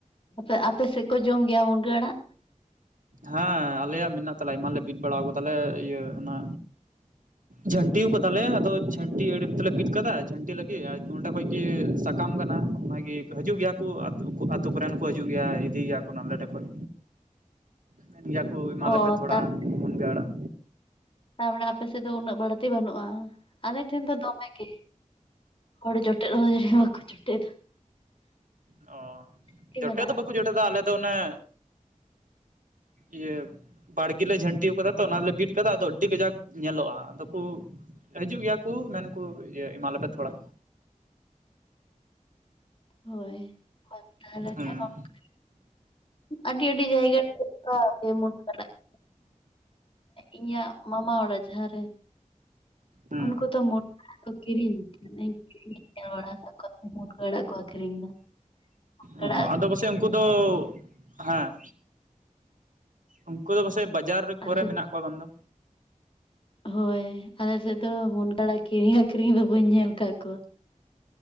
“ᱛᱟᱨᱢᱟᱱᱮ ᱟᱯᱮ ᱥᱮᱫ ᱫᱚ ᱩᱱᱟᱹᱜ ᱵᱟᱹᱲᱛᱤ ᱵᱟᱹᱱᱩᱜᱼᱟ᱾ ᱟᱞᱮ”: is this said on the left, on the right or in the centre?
Left